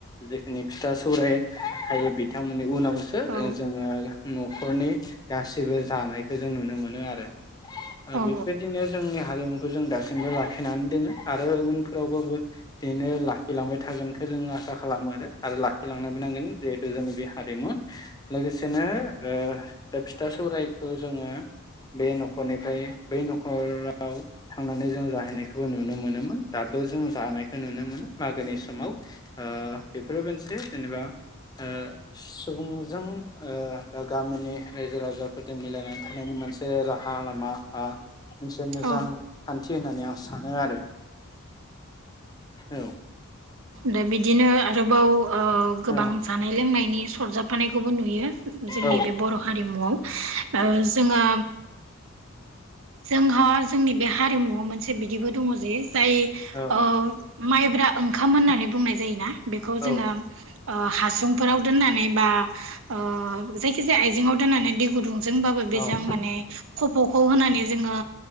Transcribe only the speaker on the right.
औ
औ
औ
दे बिदिनो आरोबाव ओ गोबां
जानाय लोंनायनि सरजाबफानायखौबो नुयो जोंनि
बे बर' हारिमुआव जोङो जोंहा जोंनि बे हारिमुवआव मोनसे बिदिबो दङ जे जाय
ओ माइब्रा ओं ओंखाम होननानै बुंनाय जायो ना बेखौ जोङो
ओ हासुंफोराव दोनानै बा ओ जायखि जाया आइजेङाव दोननानै दै गुदुं जोंबाबो बेजों
माने खफखौ होनानै जोङो